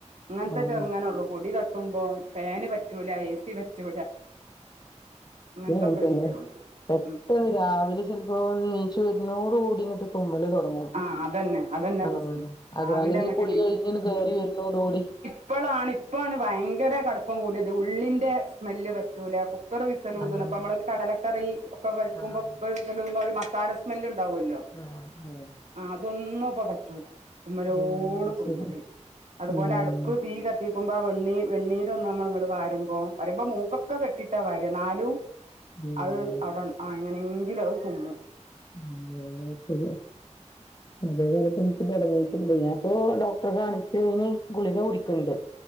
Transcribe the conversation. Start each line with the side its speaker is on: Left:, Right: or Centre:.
Right: അങ്ങനത്തെ
Left: ആഹ്
Right: ചെറുങ്ങാനള്ളൂ പൊടി തട്ടുമ്പോം ഫാന് പറ്റൂല ഏ സി പറ്റൂല. അങ്ങനത്തൊക്കെ
Left: അങ്ങന തന്നെ
Right: വിഷയമുള്ളൂ
Left: പെട്ടന്ന്
Right: ഉം
Left: രാവിലെ ചെലപ്പോ നീ ചുര്നോട് കൂടിങ്ങിട്ട് തുമ്മല് തുടങ്ങും
Right: ആഹ് അതന്നെ അതന്നെ
Left: ആഹ്
Right: പ്രശ്നം
Left: അത
Right: രാവിലെ
Left: അല്ലെങ്കിൽ
Right: അങ്ങട്ട്
Left: കുളി കഴിഞ്ഞണ് കേറി വരുന്നോടി കൂടി
Right: ഇപ്പോളാണ് ഇപ്പോണ് ഭയങ്കര കടപ്പം കൂടിയത് ഉള്ളിന്റെ സ്മെല്ല് പറ്റൂല. കുക്കറ് വിസലഊതുന്നു
Left: ആഹ്
Right: ഇപ്പൾ നമ്മൾ ഒരു കടലക്കറി ഒക്കെ വരക്കുമ്പൾക്ക
Left: ആഹ്
Right: വിസലൂതുമ്പ ഒരു മസാല സ്മെല് ഉണ്ടാവുമല്ലോ?
Left: ആഹ് ഉം
Right: ആഹ് അതൊന്നും ഇപ്പ പറ്റൂല തുമ്മലോട്
Left: ഉം
Right: തുമ്മല്
Left: ശരി
Right: അതുപോലെ
Left: ഉം
Right: അടുപ്പ് തീക കത്തിക്കുമ്പോ ആ വെണ്ണി വെണ്ണീരൊന്നട്ന്ന് നമ്മള ഇങ്ങോട് വരുമ്പോ പറയുമ്പോൾ മൂക്കൊക്കെ കെട്ടിട്ടാ വാര് നാലും
Left: ഉം
Right: അത് അവിടെ ആഹ് എങ്ങനെങ്കിലും അത് തുമ്മും
Left: ല്ലെ ശെരിയാ അത് പോലപ്പോ എനിക്ക് തുടങ്ങട്ടുണ്ട് ഞാൻ പ്പൊ ഡോക്ടറെ കാണിച്ച് അതിന് ഗുളിക കുടിക്കണ്ട്.